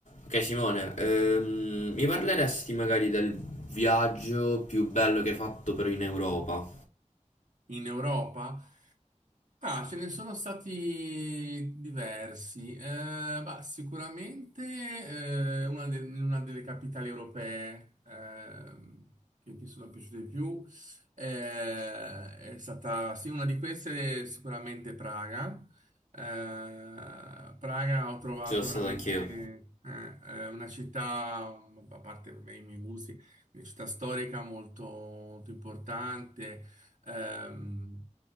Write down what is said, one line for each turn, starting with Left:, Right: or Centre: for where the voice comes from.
Left: Ok Simone, ehm, mi parleresti magari del viaggio più bello che hai fatto però in Europa?
Right: In Europa? Ah, ce ne sono stati diversi. Eh, bah, sicuramente eh, una, de- in una delle capitali europee ehm, che mi sono piaciute di più eh, è stata, sì, una di queste è sicuramente Praga. Eh, Praga ho trovato
Left: Ci sono stato
Right: veramente
Left: anch'io.
Right: eh, eh, una città, a parte vabbè, i miei gusti, una città storica molto molto importante Ehm,